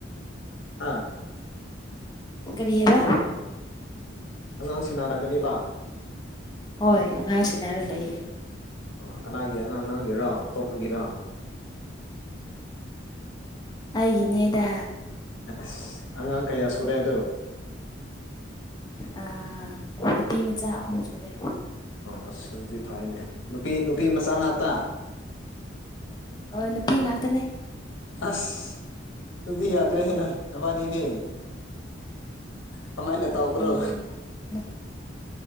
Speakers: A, on the left; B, on the left.
A: ꯑꯥ
B: ꯀꯦꯕ
A: ꯑꯉꯥꯡ ꯁꯦꯟꯅꯔꯒꯅꯤꯕ
B: ꯍꯣꯏ ꯑꯉꯥꯡꯁꯤꯅ ꯍꯥꯏꯔ ꯂꯩꯌꯦ
A: ꯑ ꯀꯅꯥꯒꯤ ꯑꯉꯥꯡ ꯅꯥꯡꯒꯤꯔ ꯑꯇꯣꯞꯄꯒꯤꯔ
B: ꯑꯩ ꯏꯅꯦꯗꯥ
A: ꯑꯁ ꯑꯉꯥꯡ ꯀꯌꯥ ꯁꯨꯔꯦꯗꯣ
B: ꯑ ꯅꯨꯇꯤ ꯃꯆꯥ ꯑꯍꯨꯝ ꯁꯨꯔꯦ
A: ꯑ ꯑꯁ ꯑꯗꯨꯗꯤ ꯐꯩꯅꯦ ꯅꯨꯄꯤ ꯅꯨꯄꯤ ꯃꯆꯥ ꯉꯥꯛꯇ
B: ꯑꯣ ꯅꯨꯄꯤ ꯉꯥꯛꯇꯅꯦ
A: ꯑꯁ ꯇꯗꯤ ꯑꯒ꯭ꯔꯦꯍꯦ ꯅ ꯅꯚꯅꯤꯗꯤ ꯀꯃꯥꯏ ꯅ ꯇꯥꯎꯕ꯭ꯔꯣ
B: ꯅꯨꯄꯤ ꯉꯥꯛ